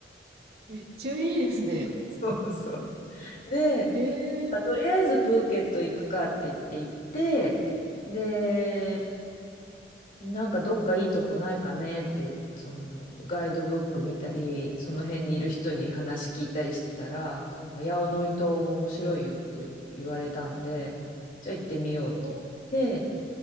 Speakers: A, on the right; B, on the left.
A: めっちゃいいですね。
B: <laughs> そうそう。
A: うんうん
B: で、
A: ええ
B: あとりあえずプーケット行くかって言って行って、で、なんかどっかいいとこないかねって、そのガイドブック見たり、その辺にいる人に話聞いたりしてたら、その八尾のイ島が面白いよっていう言われたんで、じゃあ行ってみようって言って、
A: お